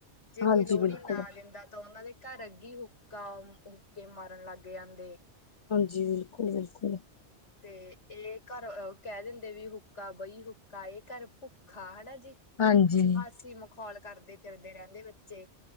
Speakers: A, on the left; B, on the left.
A: ਜੇ
B: ਹਾਂਜੀ
A: ਕੋਈ ਲੋਹੜੀ
B: ਬਿਲਕੁਲ
A: ਨਾ ਦਿੰਦਾ ਤਾਂ ਉਹਨਾਂ ਦੇ ਘਰ ਅੱਗੀ ਹੁ ਗਾਹ ਉੱਕਕੇ ਮਾਰਨ ਲੱਗ ਜਾਂਦੇ
B: ਹਾਂਜੀ ਬਿਲਕੁਲ-ਬਿਲਕੁਲ
A: ਤੇ ਇਹ ਘਰ ਕਹਿ ਦਿੰਦੇ ਵੀ ਹੁੱਕਾ ਬਈ ਹੁੱਕਾ ਇਹ ਘਰ ਭੁੱਖਾ ਹੈਨਾ ਹਂਸੀਂ
B: ਹਾਂਜੀ
A: ਮਖੌਲ ਕਰਦੇ ਫਿਰਦੇ ਰਹਿੰਦੇ ਬੱਚੇ